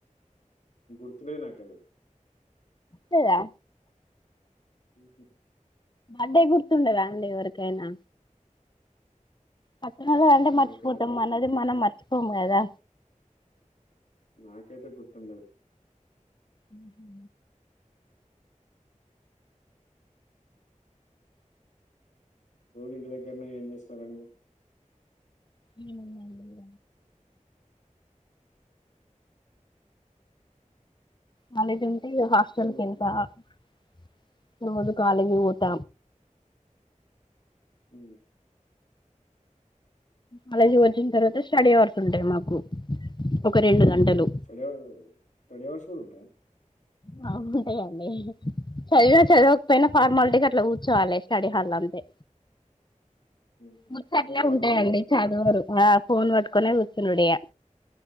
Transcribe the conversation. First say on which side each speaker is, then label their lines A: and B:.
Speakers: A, on the left (about 65°); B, on the left (about 35°).
A: గుర్తులేదు నాకది.
B: లేదా
A: <inaudible>
B: బర్డే గుర్తుండదా అండి ఎవరికైనా? పక్కనోళ్లది అంటే
A: నాకైతే
B: మర్చిపోతం,
A: గుర్తుండదు
B: మనది మర్చిపోము కదా.
A: నాకేతే గుర్తుండదు.
B: ఉహు
A: రోజు ఇంటి దగ్గరనే ఏం చేస్తారండి.
B: ఏముందండిగ కాలేజ్ ఉంటే హాస్టల్కి
A: ఒక్క మనిషి
B: ఎల్త, ఆ కాలేజ్ వోత
A: ఉ
B: కాలేజీ వచ్చిన తర్వాత స్టడీ అవర్స్ ఉంటాయి మాకు ఒక రెండు గంటలు
A: స్టడీ అవర్ థర్డీ అవర్స్ కూడా ఉంటాయ
B: అ ఉంటాయి అండి చదిగా చదవకపోయినా ఫార్మాలిటీకి అట్లా కూర్చోవాలి స్టడీ హాల్ లో అంతే
A: <inaudible>
B: ముచ్చట్లే
A: ఫోన్లు పట్టుకోనేనా
B: ఉంటాయండి చదువరు ఆ ఫోన్ పట్టుకనే కూర్చనుడియా